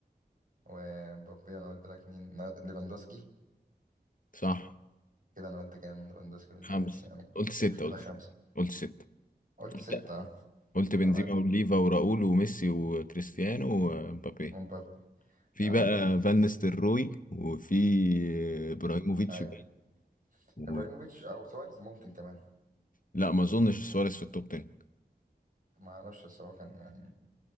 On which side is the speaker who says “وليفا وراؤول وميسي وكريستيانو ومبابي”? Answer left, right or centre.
Left